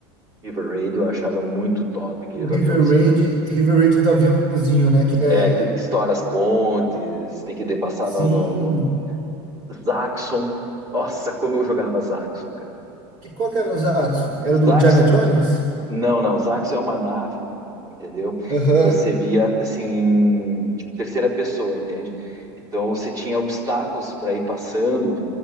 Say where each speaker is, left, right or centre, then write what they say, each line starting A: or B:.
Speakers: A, on the right; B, on the right.
A: River Raid eu achava muito top, aquele
B: O
A: do
B: River
A: aviãozinho.
B: Raid, River Raid do aviãozinho, né? Que é,
A: É, que, que estoura as pontes, tem que de- passar
B: sim.
A: no, no, no- Zaxxon. Nossa, como eu jogava Zaxxon, cara.
B: Que qual que era o Zaxxon? Era
A: Zaxxon
B: do Diana Jones?
A: Não, não, os Axis é uma nave, entendeu?
B: Aham.
A: E você via assim, tipo, terceira pessoa, entende? Então você tinha obstáculos para ir passando,